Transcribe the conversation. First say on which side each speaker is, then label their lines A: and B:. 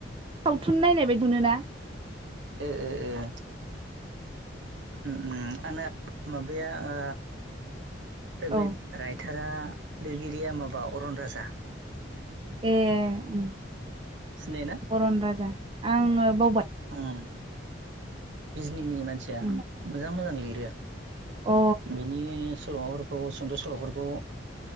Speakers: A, on the right; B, on the right.
A: सावथुन नायनाय बायदिमोनो ना
B: ओओ उम बेया आ फेभरेट
A: औ
B: राइटारा लिरगिरिया माबा अरन राजा
A: ए उम
B: सिनायोना
A: अरन राजा आङो बावबाय
B: उम बिजनिनि मानसिया
A: उम अ
B: मोजां मोजां लिरो
A: औ
B: बिनि सल'माफोरखौ सुंद' सल'फोरखौ